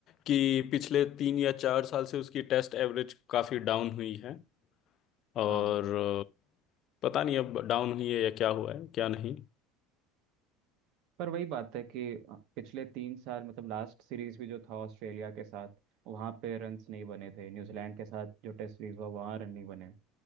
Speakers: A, on the left (about 40°); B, on the right (about 60°).
A: कि पिछले तीन या चार साल से उसकी टेस्ट एवरेज काफी डाउन हुई है और
B: हाँ
A: अ, पता नहीं अब डाउन हुई है या क्या हुआ है क्या नहीं
B: पर वही बात है कि अ, पिछले तीन साल मतलब लास्ट सीरीज भी जो था ऑस्ट्रेलिया के साथ वहाँ पे रन्स नहीं बने थे न्यूजीलैंड के साथ जो टेस्ट सीरीज हुआ वहाँ रन नहीं बने